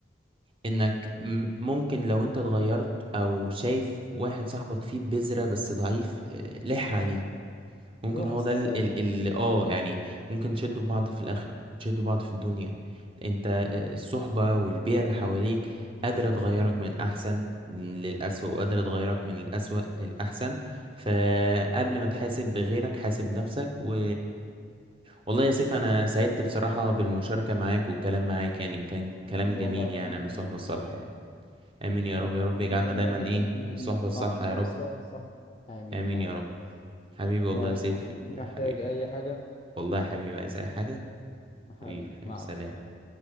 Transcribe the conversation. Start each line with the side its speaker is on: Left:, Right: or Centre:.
Right: انك م- ممكن لو انت اتغيرت او شايف واحد صاحبك فيه بذرة بس ضعيف آه، لح عليه ممكن
Left: روح
Right: هو
Left: اسأله
Right: ده ال- ال- اللي اه يعني ممكن تشدوا بعض في الاخر وتشدوا بعض في الدنيا انت آه، الصحبة والبيئة اللي حواليك قادرة تغيرك من الأحسن للأسوأ وقادرة تغيرك من الأسوأ للأحسن فقبل ما تحاسب بغيرك حاسب نفسك و والله يا سيف أنا سعدت بصراحة بالمشاركة معاك والكلام معاك يعني كان
Left: اكيد
Right: كلام جميل
Left: والله
Right: يعني
Left: وانا
Right: عن
Left: كمان
Right: الصحبة الصالحة
Left: والله
Right: يعني امين يا
Left: والله
Right: رب يا رب يجعلنا
Left: ربنا
Right: دايما
Left: يجعلنا
Right: ايه من
Left: من
Right: الصحبة
Left: من-
Right: الصالحة
Left: اه من
Right: يا رب
Left: الصح الصح امين
Right: امين
Left: يا
Right: يا
Left: رب
Right: رب حبيبي والله
Left: ماشي
Right: يا سيف
Left: يا حبيبي
Right: يعني
Left: محتاج
Right: يا حبيبي
Left: اي حاجة
Right: والله يا حبيبي عايز اي حاجة
Left: حبيبي
Right: حبيبي حبيبي
Left: مع
Right: سلام
Left: السلامة